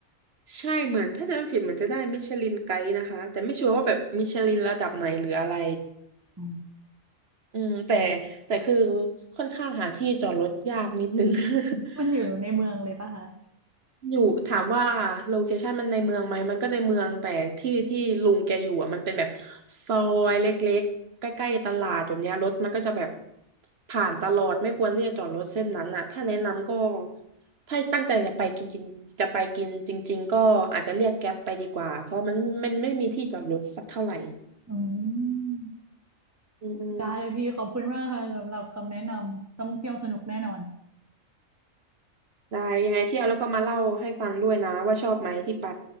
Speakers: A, on the right (about 55°); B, on the right (about 15°).
A: ใช่เหมือนถ้าจะไม่ผิดเหมือนจะได้มิชลินไกด์นะคะแต่ไม่ชัวร์ว่าแบบมิชลินระดับไหนหรืออะไร
B: อ๋อ
A: อืมแต่แต่คือค่อนข้างหาที่จอดรถยากนิดนึง <laughs>
B: มันอยู่ในเมืองเลยป่ะคะ
A: อยู่ถามว่าโลเคชันมันในเมืองไหมมันก็ในเมืองแต่ที่ที่ลุงแกอยู่อ่ะมันเป็นแบบซอยเล็กๆใกล้ๆตลาดแบบเนี้ยรถมันก็จะแบบผ่านตลอดไม่ควรที่จะจอดรถเส้นนั้นอ่ะถ้าแนะนำก็ถ้าตั้งใจจะไปกินกินจะไปกินจริงๆก็อาจจะเรียกแก๊ปไปดีกว่าเพราะมันมันไม่มีที่จอดรถสักเท่าไหร่
B: อืม
A: อืมอืม
B: ได้เลยพี่ขอบคุณมากค่ะสำหรับคำแนะนำต้องเที่ยวสนุกแน่นอน
A: ได้ยังไงเที่ยวแล้วก็มาเล่าให้ฟังด้วยนะว่าชอบไหมที่ไป